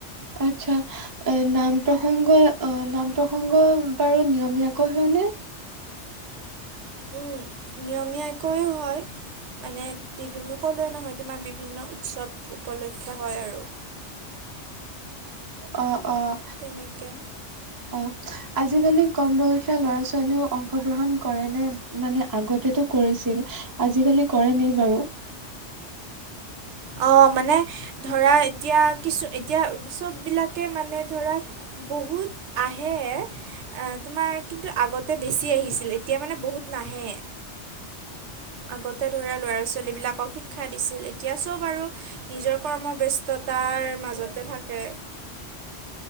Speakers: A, on the right (about 30°); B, on the right (about 75°).
A: আচ্ছা। এ নাম প্ৰসংগ অ নাম প্ৰসংগ বাৰু নিয়মীয়াকৈ হয়নে?
B: উম নিয়মীয়াকৈও হয়। মানে বিভি ক'লোৱে নহয় তোমাক, বিভিন্ন উৎসৱ উপলক্ষে হয় আৰু।
A: অহ অহ।
B: তেনেকে।
A: অহ। আজিকালি কম বয়সীয়া ল'ৰা ছোৱালীও অংশগ্ৰহণ কৰে নে? মানে আগতেতো কৰিছিল। আজিকালি কৰে নাই বাৰু?
B: অঁ মানে ধৰা এতিয়া কিছু এতিয়া চব বিলাক কে মানে ধৰা বহুত আহে। আহ তোমাৰ কিন্তু আগতে বেছি আহিছিল এতিয়া মানে বহুত নাহে। আগতে ধৰা ল'ৰা ছোৱালী বিলাকক শিক্ষা দিছিল এতিয়া চব আৰু নিজৰ কৰ্মৰ ব্যস্ততাৰ মাজতে থাকে।